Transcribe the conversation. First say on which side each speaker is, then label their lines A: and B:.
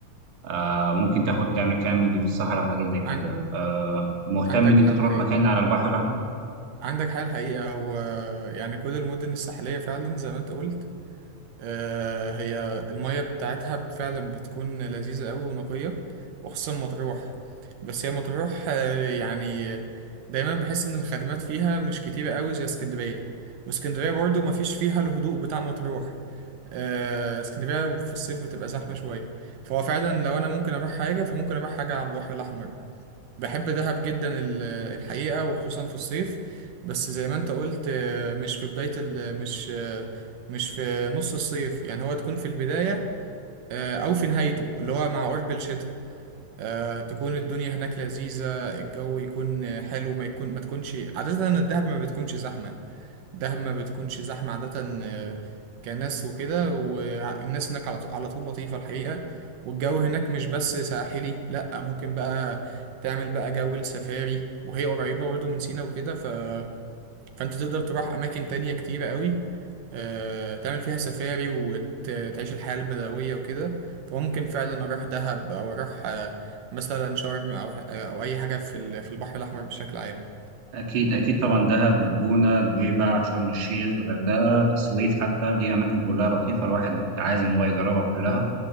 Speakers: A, on the right; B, on the right.
A: آه، ممكن تاخد تعمل كامبينج في الصحراء وحاجات زي كده
B: عن...
A: آه، مهتم
B: عندك
A: ان انت
B: حق
A: تروح
B: الحقيقة
A: مكان على البحر الأحمر
B: عندك حق الحقيقة هو يعني كل المدن الساحلية فعلا زي ما انت قلت آه، هي المية بتاعتها فعلا بتكون لذيذة أوي ونقية وخصوصا مطروح بس هي مطروح آه، يعني دايما بحس إن الخدمات فيها مش كتيرة أوي زي اسكندرية واسكندرية برضو مفيش فيها الهدوء بتاع مطروح آه، اسكندرية في الصيف بتبقى زحمة شوية فهو فعلا لو أنا ممكن أروح حاجة فممكن أروح حاجة على البحر الأحمر بحب دهب جدا ال- الحقيقة وخصوصا في الصيف بس زي ما انت قلت آه، مش في بداية ال مش آه، مش في نص الصيف يعني هو تكون في البداية آه، أو في نهايته اللي هو مع قرب الشتاء آه، تكون الدنيا هناك لذيذة الجو يكون آه، حلو ما يكون ما تكونش عادة الدهب ما بتكونش زحمة دهب ما بتكونش زحمة عادة آه، كناس وكده والناس هناك على ط- على طول لطيفة الحقيقة والجو هناك مش بس ساحلي لأ ممكن بقى تعمل بقى جو السفاري وهي قريبة برضه من سينا وكده ف... فأنت تقدر تروح أماكن تانية كتيرة قوي آه، تعمل فيها سفاري وتعيش الحياة البدوية وكده فممكن فعلا أروح دهب أو أروح آه، مثلا شرم أو أو أي حاجة في ال- في البحر الأحمر بشكل عام
A: أكيد أكيد طبعا دهب الجونة نويبع شرم الشيخ الغردقة السويد حتى دي أماكن كلها لطيفة الواحد عايز إن هو يجربها كلها